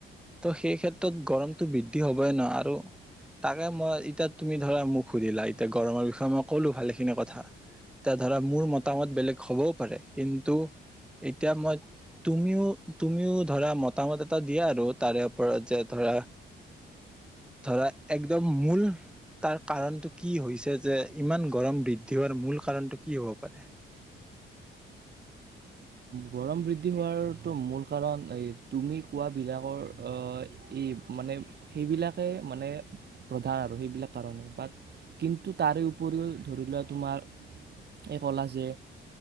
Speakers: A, in the centre; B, on the right.
A: ত' সেই ক্ষেত্ৰত গৰমতটো বৃদ্ধি হ'বই ন' আৰু তাকে মই এতিয়া তুমি ধৰা মোক সুধিলা এতিয়া গৰমৰ বিষয়ে মই ক'লো ভালেখিনি কথা এতিয়া ধৰা মোৰ মতামত বেলেগ হ'বও পাৰে কিন্তু এতিয়া মই তুমিও তুমিও ধৰা মতামত এটা দিয়া আৰু তাৰে ওপৰত যে ধৰা ধৰা একদম মূল তাৰ কাৰণটো কি হৈছে যে ইমান গৰম বৃদ্ধি হোৱাৰ মূল কাৰণটো কি হ'ব পাৰে।
B: গৰম বৃদ্ধি হোৱাৰটো মূল কাৰণ এই তুমি কোৱাবিলাকৰ এই মানে সেইবিলাকে মানে প্ৰধান আৰু সেইবিলাক কাৰণে বাট কিন্তু তাৰে উপৰিও ধৰি লোৱা তোমাৰ এই ক'লা যে